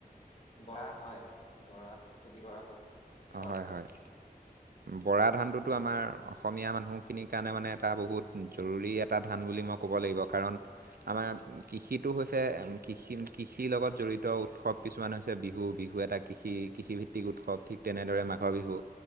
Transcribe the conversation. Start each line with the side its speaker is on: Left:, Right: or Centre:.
Left: বৰা হয়, বৰা, খেতি কৰা হয়। বৰা
Right: অ', হয়
Left: ধানৰ
Right: হয়। বৰা ধানটোতো আমাৰ অসমীয়া মানুহখিনিৰ কাৰণে মানে এটা বহুত জৰুৰী এটা ধান বুলি মই ক'ব লাগিব কাৰণ আমাৰ কৃষিটো হৈছে, কৃষি কৃষিৰ লগত জড়িত উৎসৱ কিছুমান হৈছে বিহু, বিহু এটা কৃষি, কৃষিভিত্তিক উৎসৱ ঠিক তেনেদৰে মাঘৰ বিহু